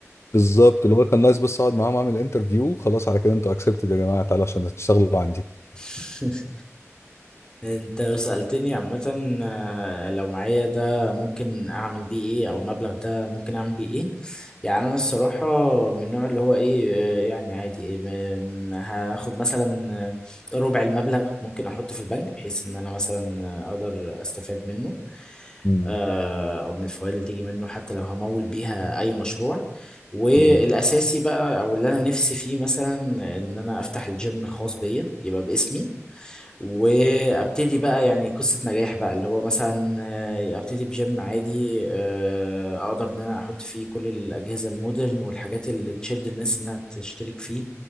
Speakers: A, on the left; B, on the left.
A: بالظبط اللي هو كان نايس بس اقعد معاهم اعمل انترفيو خلاص على كده انتوا اكسبتد يا جماعه تعالوا عشان تشتغلوا عندي
B: <laughs> انت لو سألتني عامة آه، لو معايا ده ممكن اعمل بيه ايه او المبلغ ده ممكن اعمل بيه ايه يعني انا الصراحة من النوع اللي هو ايه آه، يعني عادي إيه، م- م- هاخد مثلا آه، ربع المبلغ ممكن احطه في البنك بحيث ان انا مثلا آه، اقدر استفاد منه
A: مم.
B: آه، او من الفوائد اللي تيجي منه حتى لو همول بيها اي مشروع والاساسي
A: مم.
B: بقى او اللي انا نفسي فيه مثلا ان انا افتح الجيم الخاص بيا يبقى باسمي وابتدي بقى يعني قصة نجاح بقى اللي هو مثلا آه، ابتدي بجيم عادي آه، اقدر ان انا احط فيه كل الاجهزة المودرن والحاجات اللي تشد الناس انها تشترك فيه